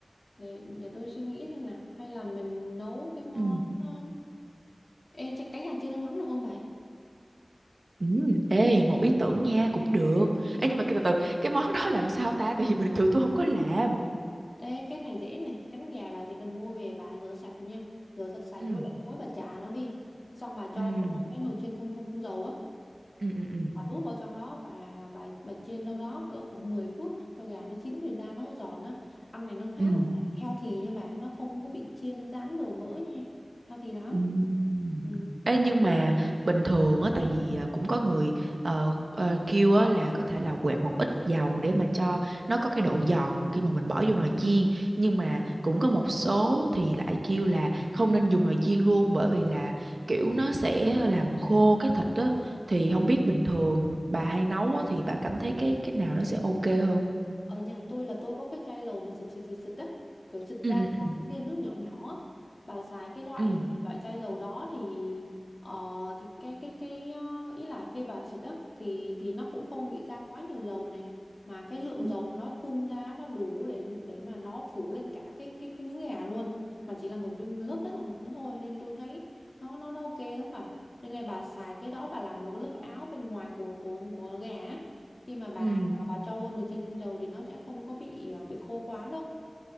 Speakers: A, on the left; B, on the right.
A: để để tôi suy nghĩ xem nào hay là mình nấu cái món
B: Ừ.
A: um, ê chắc cánh gà chiên nước mắm được không bà
B: Ừ, ê một ý tưởng nha cũng được ê nhưng mà cái từ từ cái món đó làm sao ta tại vì bình thường tôi không có làm
A: ê cái này dễ này cánh gà bà chỉ cần mua về bà rửa sạch nha rửa thật sạch
B: ừ
A: với lại muối bà chà nó đi xong bà cho
B: ừ
A: vào trong cái nồi chiên không không không dầu á
B: ừ ừ ừ,
A: bà đút vào trong đó bà bà bà chiên đâu đó cỡ khoảng 10 phút á, cho gà nó chín thì ra nó giòn á ăn này nó khá
B: ừ.
A: là healthy nha bà nó không có bị chiên rán dầu mỡ nha healthy lắm
B: Ừm.
A: ừ.
B: Ê, nhưng mà bình thường á tại vì à, cũng có người ờ, ờ, kêu á là có thể là quẹt một ít dầu để mà cho nó có cái độ giòn khi mà mình bỏ vô nồi chiên nhưng mà cũng có một số thì lại kêu là không nên dùng nồi chiên luôn bởi vì là kiểu nó sẽ làm khô cái thịt á thì không biết bình thường bà hay nấu á thì bà cảm thấy cái cái nào nó sẽ ok hơn
A: ở nhà tôi là tôi có cái chai dầu mà xịt xịt xịt xịt á kiểu xịt
B: ừ
A: ra
B: ừ
A: có
B: ừ
A: cái viên nước nhỏ nhỏ á. bà xài cái loại
B: ừ
A: loại chai dầu đó thì ờ, thì cái cái cái ờ, ý là khi bà xịt á thì thì nó cũng không bị ra quá nhiều dầu này mà cái lượng
B: Ừ.
A: dầu nó phun ra nó đủ để để mà nó phủ lên cả cái cái cái miếng gà luôn mà chỉ là một viên lớp rất là mỏng thôi nên tôi thấy nó nó nó ok lắm mà nên là bà xài cái đó bà làm một lớp áo bên ngoài của của của gà á. khi mà bà
B: ừ
A: và cho vô nồi chiên không dầu thì nó sẽ không có bị ờ, bị khô quá đâu